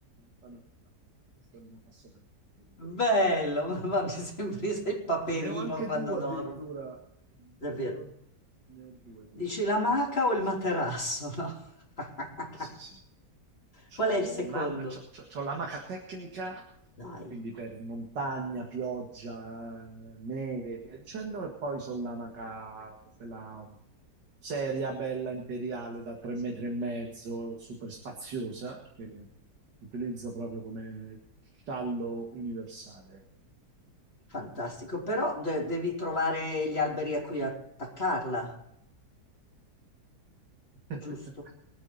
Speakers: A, on the right; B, on the left.
A: la natura. Questo è il mio passatempo preferito
B: bello,
A: ultimamente.
B: <laughs> ma mi sembri sei Paperino
A: Ne ho anche
B: quando
A: due
B: dormo.
A: addirittura,
B: Davvero.
A: ne ho, ne ho due di,
B: Dici la maca
A: di amache,
B: o il
A: sì.
B: materasso, no? <laughs>
A: Eh, sì, sì. C'ho
B: Qual è il secondo?
A: una- c'ho- c'ho- c'ho l'amaca tecnica,
B: Dai,
A: quindi per montagna, pioggia, neve e via dicendo, e poi sono l'amaca, quella seria, bella, imperiale, da tre metri e mezzo, super spaziosa, che utilizzo proprio come sciallo universale.
B: fantastico, però de- devi trovare gli alberi a cui attaccarla,
A: <laughs>
B: giusto?